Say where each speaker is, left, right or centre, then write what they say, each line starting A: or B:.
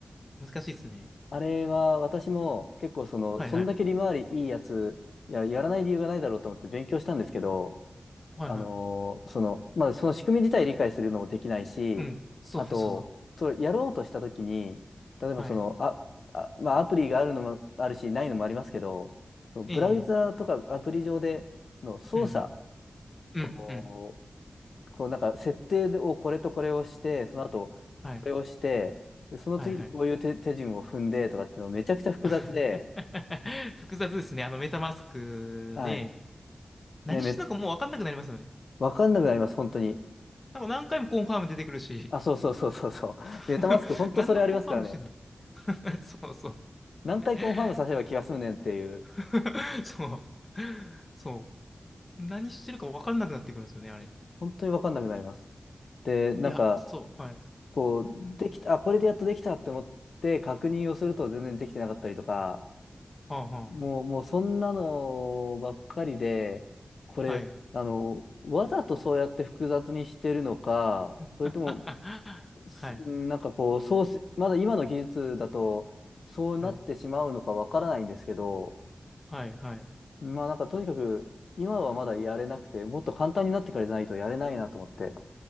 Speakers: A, on the left; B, on the left.
A: 難しいですね。
B: あれは私も結構その、
A: はいはい。
B: そんだけ利回りいいやつ、いや、やらない理由がないだろうと思って勉強したんですけど、
A: はいはい。
B: あのーその、まあ、その仕組み自体理解するのもできないし、
A: うん。そうそうそう。
B: あと、それやろうとしたときに、例えばその、
A: はい。
B: あ、あ、まあ、アプリがあるのもあるし、ないのもありますけど、そのブラウザーとかアプリ上での操作、
A: ええうんうん。
B: こ
A: うんうん。
B: う、こうなんか設定をこれとこれをして、その後これをして、
A: はい。
B: で、その次にこういう手、
A: はいはい。
B: 手順を踏んでとかっていうのめちゃくちゃ複雑で、
A: <laughs> 複雑ですね。あのメタマスクね。
B: はい。
A: 何してんのかもうわかんなくなりますよね。
B: ね、め、わかんなくなります、本当に。
A: なんか何回もコンファーム出てくるし。
B: あ、そうそうそうそうそう。<laughs>
A: <laughs>
B: メタマスク、本当それありますからね。
A: 何のコンファームしてんの <laughs> そうそう。
B: 何回コンファームさせれば気が済むねんっていう、
A: いや <laughs> そう。そう。何してるかわかんなくなってくるんですよね、あれ。
B: 本当に分かんなくなります。で、なんか、
A: いや、そう、はい。
B: こう、できた、
A: うん
B: あ、これでやっとできたって思って確認をすると全然できてなかったりとか、
A: はあは
B: もう、もうそんなのばっかりで、これ、
A: あ、はい。
B: あの、わざとそうやって複雑にしてるのか、
A: <laughs>
B: それとも、すなんかこう、
A: はい、
B: そうし、まだ今の技術だと、そうなってしまうのかわからないんですけど、
A: はい、はい、はい。う
B: まあなんかとにかく、今はまだやれなくて、もっと簡単になってからじゃないとやれないなと思って。